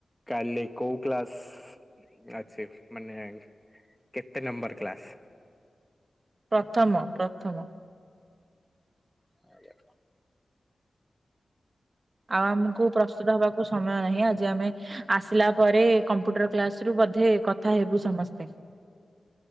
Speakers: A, in the centre; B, on the right.
A: କାଲି କୋଉ କ୍ଲାସ। ଅଛି ମାନେ କେତେ ନମ୍ବର କ୍ଲାସ।
B: ପ୍ରଥମ ପ୍ରଥମ।
A: ଆ <inaudible>
B: ଆଉ ଆମକୁ ପ୍ରସ୍ତୁତ ହବାକୁ ସମ୍। ସମୟ ନାହିଁ ଆଜି ଆମେ ଆସିଲା ପରେ କମ୍ପ୍ୟୁଟର କ୍ଲାସ ରୁ ବୋଧେ କଥା ହେବୁ ସମସ୍ତେ।